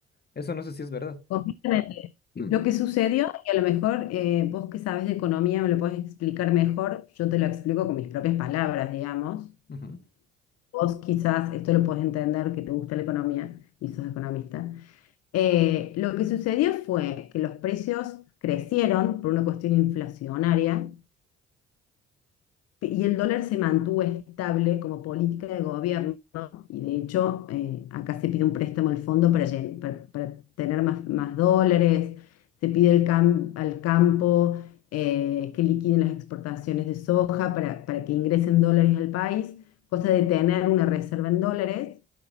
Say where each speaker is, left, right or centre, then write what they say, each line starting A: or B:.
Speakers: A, on the left; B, on the left.
A: Eso no sé si es verdad.
B: Completamente.
A: <clears throat>
B: Lo que sucedió, y a lo mejor eh, vos que sabes de economía me lo podés explicar mejor, yo te lo explico con mis propias palabras, digamos.
A: Ujú.
B: Vos quizás esto lo podés entender, que te gusta la economía y sos economista. Eh, lo que sucedió fue que los precios crecieron por una cuestión inflacionaria y el dólar se mantuvo estable como política de gobierno ¿no? y de hecho eh, acá se pide un préstamo al fondo para, llen- para- para tener más, más dólares, se pide el cam- al campo eh, que liquiden las exportaciones de soja para, para que ingresen dólares al país, cosa de tener una reserva en dólares